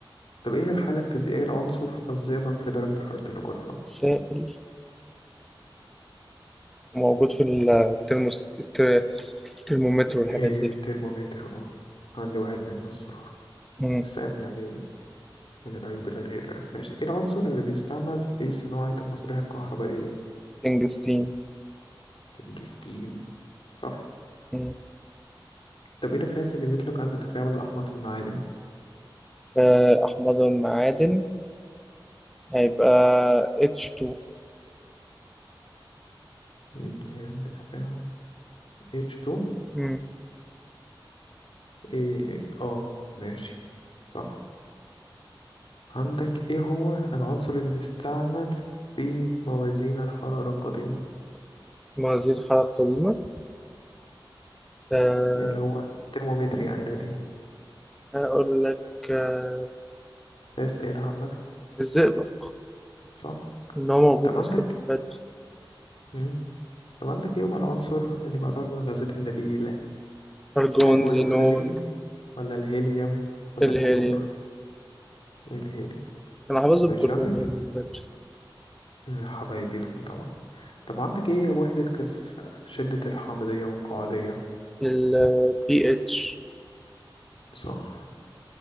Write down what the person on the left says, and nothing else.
طب ايه الحالة الفيزيائية لعنصر الزئبق في درجة حرارة الغرفة
إيه
ترمومتر اه عندي واحد منه الصراحة
بس سام يعني من العيوب الغير ماشي ايه العنصر اللي بيستعمل في صناعة المصابيح الكهربائية
تنجستين صح
طب ايه الغاز اللي بيطلق عند تفاعل الأحماض بالمعادن
اللي عند تفاعل H2
ايه اه ماشي صح عندك ايه هو العنصر اللي بيستعمل في موازين الحرارة القديمة
اللي هو الترمومتر يعني القديم
اسئلة عامة
صح
طب
عندك
مم. طب عندك ايه هو العنصر اللي بيعتبر من الغازات النبيلة
هل هو
الأكسجين ولا الهيليوم ولا
الكلور الهادي
ماشي
عندك
يا حبايبي دول طبعا طب عندك ايه وحدة قياس شدة الحامضية والقاعدية
صح